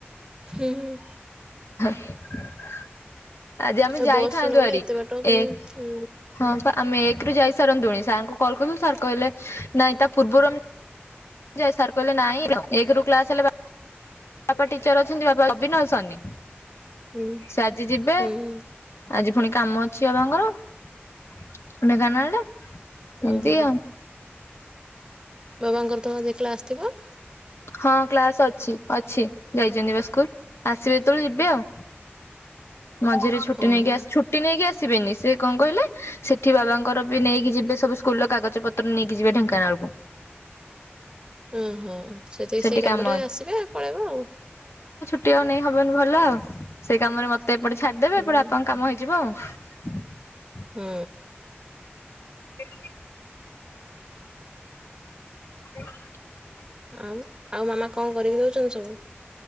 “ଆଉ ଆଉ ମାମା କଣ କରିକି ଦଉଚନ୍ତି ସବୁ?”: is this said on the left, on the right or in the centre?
Right